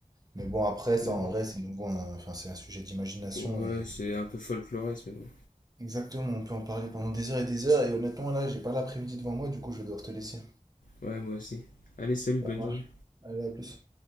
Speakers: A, on the right (about 30°); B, on the left (about 85°).
A: Mais bon, après, ça
B: Mais
A: en
B: bon,
A: vrai, c'est nouveau, un- enfin, c'est un sujet d'imagination
B: ouais,
A: et
B: c'est un peu folkloriste, mais bon.
A: exactement, on peut en parler pendant des heures et des heures. Et honnêtement, là, j'ai pas l'après-midi devant moi, du coup, je vais devoir te laisser.
B: Ouais, moi aussi. Allez, salut,
A: Ça
B: bonne
A: marche.
B: journée.
A: Allez, à plus.